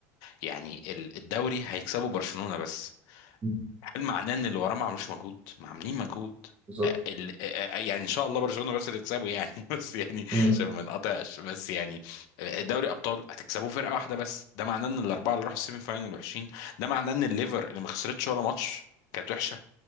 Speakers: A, on the left; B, on the right.
A: يعني ال- الدوري هيكسبه برشلونة بس
B: مم.
A: هل معناه ان اللي وراه ما عملوش مجهود ما عاملين مجهود
B: بالظبط
A: آه، ال- آه، آه، يعني ان شاء الله برشلونه بس تكسبه يعني <laughs> بس يعني
B: مم.
A: عشان ما نقطعش بس يعني آه، دوري ابطال هتكسبوا فرقه واحده بس ده معناه ان الاربعه اللي راحوا السيمي فاينال وحشين ده معناه ان الليفر اللي ما خسرتش ولا ماتش كانت وحشه